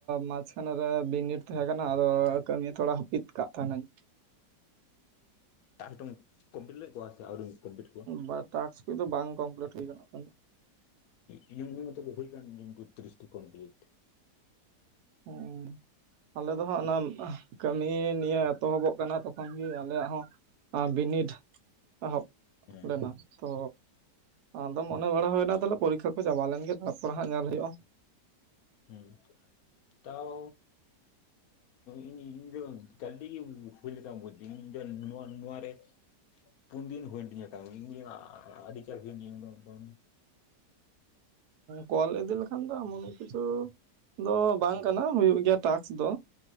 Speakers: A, on the right; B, on the left.
A: ᱢᱟᱪᱷᱠᱷᱟᱱᱮ ᱨᱮ ᱵᱤᱱᱤᱰ ᱛᱟᱦᱮᱸ ᱠᱟᱱᱟ ᱟᱫᱚ ᱠᱟᱹᱢᱤ ᱛᱷᱚᱲᱟ ᱦᱟᱹᱯᱤᱫ ᱠᱟᱫ ᱛᱟᱦᱮᱱᱟᱹᱧ᱾
B: ᱴᱟᱥᱠ ᱫᱚᱢ ᱠᱚᱢᱯᱤᱴ ᱞᱮ ᱠᱚᱣᱟ ᱥᱮ ᱟᱹᱣᱨᱤᱢ ᱠᱚᱢᱯᱤᱴ ᱠᱚᱣᱟ᱾
A: ᱵᱟ ᱴᱟᱠᱥ ᱤᱧᱟᱹᱜ ᱫᱚ ᱵᱟᱝ ᱠᱚᱢᱯᱞᱤᱴ ᱦᱩᱭ ᱟᱠᱟᱱᱟ᱾
B: ᱤᱧᱟᱹᱝ ᱢᱟᱛᱚ ᱦᱩᱭ ᱠᱟᱱ ᱛᱤᱧ ᱛᱤᱨᱤᱥᱴᱤ ᱠᱚᱢᱯᱞᱤᱴ᱾
A: ᱳ ᱟᱞᱮ ᱫᱚ ᱦᱟᱸᱜ ᱚᱱᱟ ᱠᱟᱹᱢᱤ ᱱᱤᱭᱮ ᱮᱛᱚᱦᱚᱵᱚᱜ ᱠᱟᱱᱟ ᱛᱚᱠᱷᱚᱱ ᱜᱮ ᱟᱞᱮᱭᱟᱜ ᱦᱚᱸ ᱟ ᱵᱤᱱᱤᱰ ᱮᱦᱚᱵ
B: ᱦᱮᱸ
A: ᱞᱮᱱᱟ ᱛᱚ ᱟᱫᱚ ᱢᱚᱱᱮ ᱵᱟᱲᱟ ᱦᱩᱭᱱᱟ ᱛᱟᱦᱞᱮ ᱯᱚᱨᱤᱠᱠᱷᱟ ᱠᱚ ᱪᱟᱵᱟ ᱞᱮᱱ ᱜᱮ ᱛᱟᱨᱯᱚᱨ ᱦᱟᱸᱜ ᱧᱮᱞ ᱦᱩᱭᱩᱜ-ᱟ᱾
B: ᱦᱮᱸ ᱛᱟᱣ ᱤᱧ ᱤᱧ ᱫᱚ ᱜᱟᱹᱫᱤ ᱜᱮ ᱦᱩᱭ ᱞᱮᱠᱟ ᱵᱩᱡᱷ ᱫᱟᱹᱧ ᱤᱧ ᱫᱚ ᱱᱚᱣᱟ ᱱᱚᱣᱟᱨᱮ ᱯᱩᱱᱫᱤᱱ ᱦᱩᱭᱮᱱ ᱛᱤᱧᱟ ᱠᱟᱹᱢᱤ ᱤᱧ ᱟᱹᱰᱤᱪᱟᱲ ᱦᱩᱭᱮᱱ ᱛᱤᱧ ᱫᱚ ᱯᱩᱱ
A: ᱠᱚᱞ ᱤᱫᱤ ᱞᱮᱠᱷᱟᱱ ᱫᱚ ᱮᱢᱚᱱ ᱠᱤᱪᱷᱩ ᱫᱚ ᱵᱟᱝ ᱠᱟᱱᱟ ᱦᱩᱭᱩᱜ ᱜᱮᱭᱟ ᱴᱟᱠᱥ ᱫᱚ